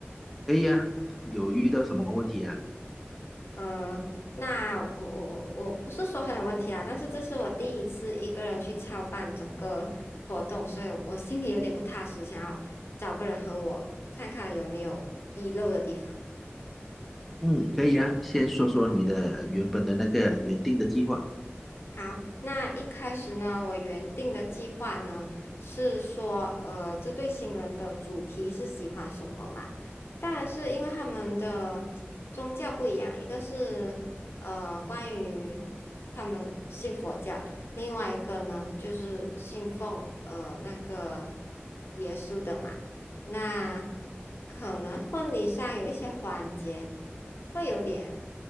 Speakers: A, in the centre; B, on the left.
A: 可以啊，有遇到什么问题啊？
B: 呃，那我我我我不是说很有问题啦，但是这是我第一次一个人去操办整个活动，所以我心里有点不踏实，想要找个人和我看看有没有遗漏的地方。
A: 嗯，可以啊，先说说你的原本的那个原定的计划。
B: 好，那一开始呢，我原定的计划呢是说，呃，这对新人的主题是喜欢什么嘛？但是因为他们的宗教不一样，一个是呃关于他们信佛教，另外一个呢就是信奉呃那个耶稣的嘛。那可能婚礼上有一些环节会有点